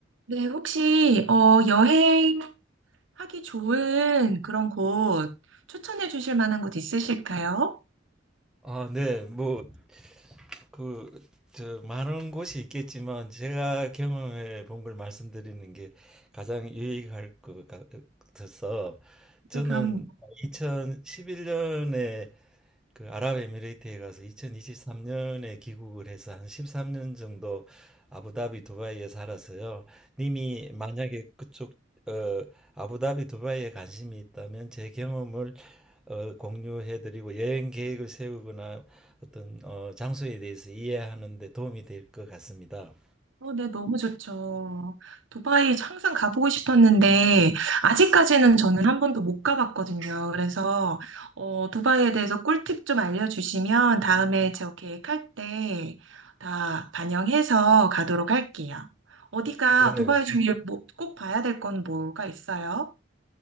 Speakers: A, on the right (about 85°); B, in the centre.
A: 네, 혹시 어, 여행하기 좋은 그런 곳 추천해 주실 만한 곳 있으실까요?
B: 아, 네. 뭐, 그, 저, 많은 곳이 있겠지만, 제가 경험해 본 걸 말씀드리는 게 가장 유익할 것 같아서, 저는
A: 네, 그럼
B: 2011년에 그 아랍에미레이트에 가서 2023년에 귀국을 해서 한 13년 정도 아부다비 두바이에 살아서요. 님이 만약에 그쪽 어, 아부다비 두바이에 관심이 있다면 제 경험을 어, 공유해드리고 여행 계획을 세우거나 어떤 어, 장소에 대해서 이해하는 데 도움이 될 것 같습니다.
A: 어, 네, 너무 좋죠. 두바이 항상 가보고 싶었는데 아직까지는 저는 한 번도 못 가봤거든요. 그래서 어, 두바이에 대해서 꿀팁 좀 알려주시면 다음에 제 계획할 때 다 반영해서 가도록 할게요. 어디가
B: 네.
A: 두바이 중에 뭐, 꼭 봐야 될 건 뭐가 있어요?